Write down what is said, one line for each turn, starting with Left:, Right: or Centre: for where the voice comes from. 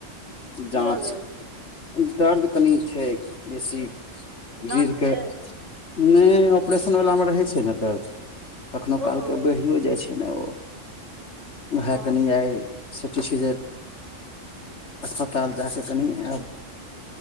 Right: की
Left: जाँच
Right: भऽ गेल
Left: दर्द कनि छै बेसी।
Right: दाँत
Left: रीढके
Right: के
Left: नै ऑपरेशनवलामे रहै छै ने दर्द। कखनो
Right: ओहो
Left: कालके बढ़ियो जाइ छै ने ओ। ओहे
Right: ओ
Left: कनि आइ सोचै छी जे अस्पताल जा कऽ कनि आब